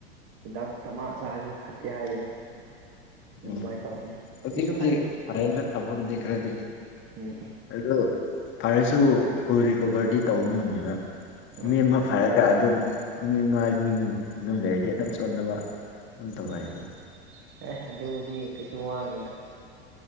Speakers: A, on the right (about 40°); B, on the left (about 40°).
A: ꯍꯤꯗꯥꯛ ꯇ ꯑꯃ ꯆꯥꯔꯁꯨ ꯐꯠꯇꯦ ꯍꯥꯏꯕꯗꯣ ꯑꯗꯨꯃꯥꯏꯅ
B: ꯎ
A: ꯇꯧꯕꯅꯦ
B: ꯑꯗꯨꯖꯤꯛꯕꯨꯗꯤ
A: ꯀꯩꯁꯨ ꯈꯟꯒꯅꯨ
B: ꯐꯅ ꯊꯕꯕꯨꯗꯤ ꯈꯔꯗꯤ
A: ꯎꯝ ꯎꯝ
B: ꯑꯗꯨꯣ ꯄꯔꯁꯨ ꯐꯨꯔ ꯣꯕꯔꯗꯤ ꯇꯧꯕ ꯉꯝꯗꯕ
A: ꯍꯣꯏ
B: ꯅꯨ ꯑꯃ ꯐ ꯈ ꯑꯗꯨꯝ ꯏꯃꯥ ꯃꯤ ꯑꯗꯨꯝ ꯂꯩꯔꯗꯤ ꯑꯗꯨꯝ ꯁꯣꯟꯅꯕ ꯇꯔꯥꯏꯕ
A: ꯎꯝ ꯑꯦ ꯑꯗꯨꯕꯨꯗꯤ ꯀꯩꯁꯨ ꯋꯥꯅꯗ